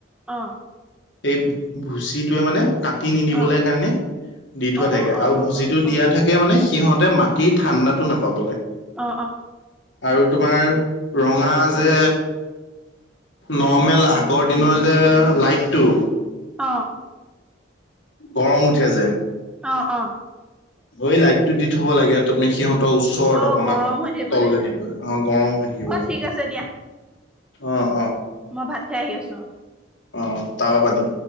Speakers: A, in the centre; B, on the left.
A: অ
B: এ ভুচিটোৱে মানে কাটি নিদিবলৈ
A: অ
B: কাৰণে দি থোৱা
A: অ অ
B: থাকে আৰু ভুচিটো দিয়া
A: অ অ
B: থাক- মানে সিহঁতে মাটিৰ ঠাণ্ডাটো নাপাবলৈ
A: অ
B: আৰু তোমাৰ ৰঙা যে নৰ্মেল- আগৰ দিনৰ যে লাইটটো
A: অ
B: গৰম উঠে যে
A: অ অ
B: হয় লাইটটো দি থ'ব লাগে আ তাপনে সিহঁত ওচৰ
A: অ
B: দকনাক
A: গৰম হৈ থাকিবলে
B: তললে
A: সিহঁত
B: দি পেলাই অ গৰম হৈ থাকিবলে।
A: অ ঠিক আছে দিয়া
B: অঁ
A: মই ভাত খাই আহি আছোঁ
B: অ তাবা পাতিম।